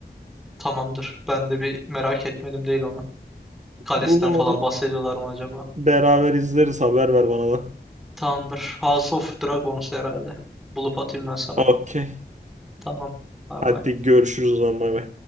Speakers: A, in the centre; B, on the right.
A: Tamamdır. Ben de bir merak etmedim değil onu. Kalesinden
B: Bulun
A: falan
B: onu da
A: bahsediyorlar mı acaba?
B: beraber izleriz. Haber ver bana da.
A: Tamamdır. House of Dragons herhalde. Bulup atayım ben sana.
B: Okey.
A: Tamam. Bay
B: Hadi
A: bay.
B: görüşürüz o zaman bay bay.